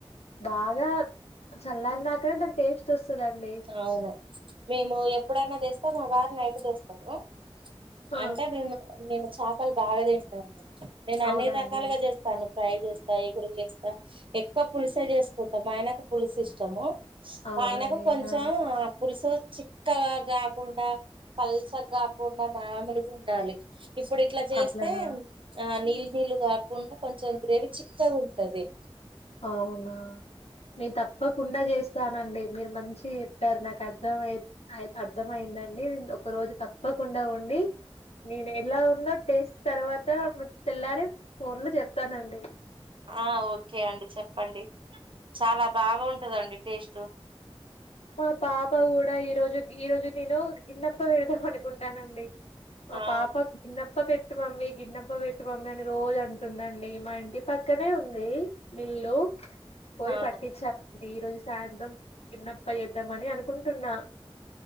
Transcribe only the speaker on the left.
బాగా చల్లారినాక నే దాని టేస్ట్ ఒస్తదండి
ఆ
అవునండి
అవునండి
ఆ
అట్లనా
అవునా నేను తప్పకుండా జేస్ స్తానండి మీరు మంచిగ జెప్పారు నాకు అర్థం అయి అయితే అర్థమైందండి నేను ఒక రోజు తప్పకుండ వొండి నేను ఎలా ఉందో టేస్ట్ తర్వాత మీక్ తెల్లారి ఫోన్లో జెప్తానండి
మా పాప కూడా ఈరోజు ఈ రోజు నేను గిన్నెప్ప పెడదాం అనుకుంటానండి మా
పాపకు గిన్నప్ప పెట్టు మమ్మీ గిన్నప్ప పెట్టు మమ్మీ అని రోజు అంటుందండి మా ఇంటి పక్కనే ఉంది మిల్లు పోయి
పట్టిచ్చా రండి ఈరోజు సాయంత్రం గిన్నెప ప్పా చేద్దామని అనుకుంటున్నా